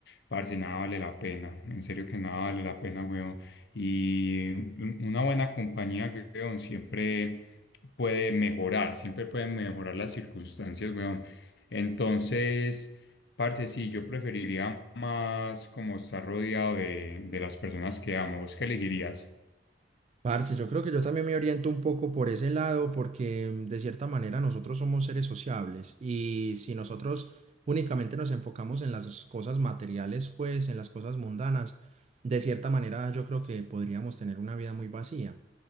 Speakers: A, on the left; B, on the right.
A: parce, nada vale la pena, en serio que nada vale la pena, weón. Y una buena compañía, weón, siempre puede mejorar, siempre pueden mejorar las circunstancias, weón. Entonces, parce, sí, yo preferiría más como estar rodeado de, de las personas que amo. ¿Vos qué elegirías?
B: Parce, yo creo que yo también me oriento un poco por ese lado porque mm, de cierta manera nosotros somos seres sociables y si nosotros únicamente nos enfocamos en las cosas materiales, pues en las cosas mundanas, de cierta manera yo creo que podríamos tener una vida muy vacía